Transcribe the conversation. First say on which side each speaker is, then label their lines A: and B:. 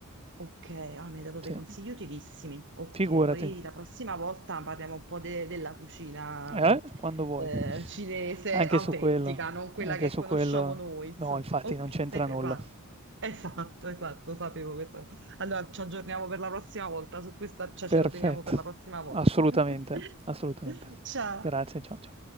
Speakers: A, on the right; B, on the right.
A: ok, ah, mi hai dato dei
B: Sì.
A: consigli utilissimi. Ok,
B: Figurati.
A: poi la prossima volta parliamo un po' de- della cucina
B: Eh,
A: mh,
B: quando vuoi.
A: eh, cinese
B: Anche
A: autentica,
B: su quello,
A: non quella
B: anche
A: che
B: su
A: conosciamo
B: quello
A: noi, insomma.
B: no, infatti
A: Ok,
B: non c'entra
A: sei ferrato.
B: nulla.
A: Esatto, esatto, sapevo questo. Allora ci aggiorniamo per la prossima volta su questa, cioè
B: Perfetto.
A: ce lo teniamo per la prossima volta.
B: Assolutamente,
A: <laughs>
B: assolutamente.
A: Ciao.
B: Grazie, ciao, ciao.